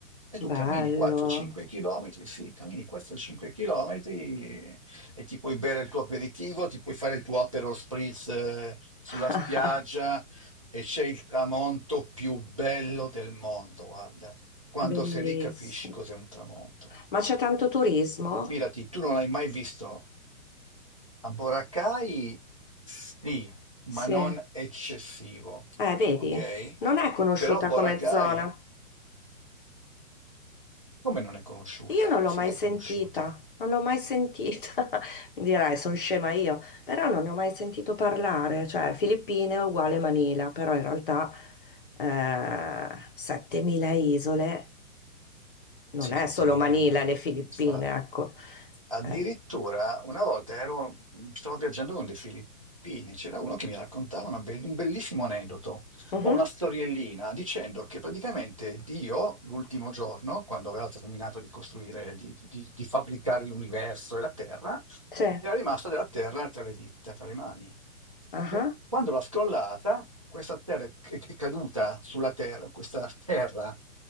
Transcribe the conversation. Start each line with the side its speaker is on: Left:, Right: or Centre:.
Right: E tu
Left: Bello.
Right: cammini 4-5 km, sì, cammini 4-5 km e e ti puoi bere il tuo aperitivo, ti puoi fare il tuo Aperol Spritz eh, sulla
Left: <laughs>
Right: spiaggia e c'è il tramonto più bello del mondo, guarda. Quando
Left: Bellissimo.
Right: sei lì capisci cos'è un tramonto.
Left: Ma c'è tanto turismo?
Right: Fidati, tu non l'hai mai visto. A Boracay sì,
Left: Sì.
Right: ma non eccessivo,
Left: Eh, vedi,
Right: ok?
Left: non è conosciuta
Right: Però Boracay
Left: come zona.
Right: Come non è conosciuta?
Left: Io non l'ho
Right: Sì
Left: mai
Right: che
Left: sentita,
Right: è conosciuta.
Left: non l'ho mai sentita. <laughs> Mi dirai, sono scema io, però non ne ho mai sentito parlare. Cioè, Filippine è uguale Manila, però in realtà eh, 7000 isole non
Right: Sì,
Left: è
Right: 7.000
Left: solo Manila
Right: euro,
Left: e le Filippine,
Right: infatti.
Left: ecco.
Right: Addirittura
Left: Eh,
Right: una volta ero, stavo viaggiando con dei filippini, c'era uno che mi raccontava una bell- un bellissimo aneddoto
Left: mhm,
Right: o una storiellina dicendo che praticamente Dio, l'ultimo giorno, quando aveva terminato di costruire, di, di- di fabbricare l'universo e la Terra,
Left: Sì,
Right: era rimasta della Terra tra le dita, tra le mani.
Left: aha,
Right: Per- Quando l'ha scrollata, questa Terra è è- è caduta sulla Terra, questa Terra